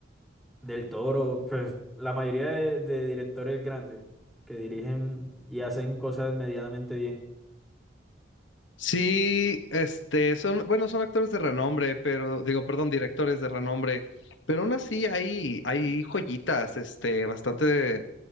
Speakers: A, in the centre; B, on the left.
A: Del Toro, pues la mayoría de, de directores grandes que dirigen y hacen cosas medianamente bien.
B: Sí, este, son, bueno, son actores de renombre, pero, digo, perdón, directores de renombre, pero aún así hay, hay joyitas, este, bastante